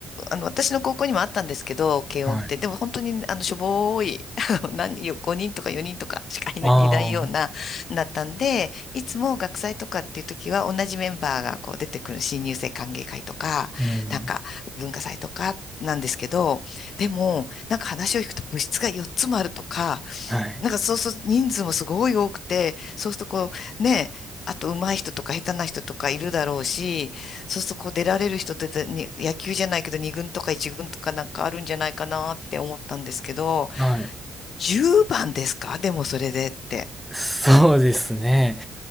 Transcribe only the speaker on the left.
あの、私の高校にもあったんですけど、軽音って、
でも本当に、あの、しょぼーい、<laughs> あの何よ、5人とか4人とかしかいない、
いないような、
だったんで、いつも学祭とかっていう時は、同じメンバーがこう出てくる新入生歓迎会とか、
なんか文化祭とかなんですけど、でも、なんか話を聞くと部室が4つもあるとか、
なんかそうすると人数もすごい多くて、そうするとこう、ね、あと上手い人とか下手な人とかいるだろうし、そうするとこう出られる人ってでに野球じゃないけど2軍とか1軍とかなんかあるんじゃないかなって思ったんですけど、
10番ですかでもそれでって。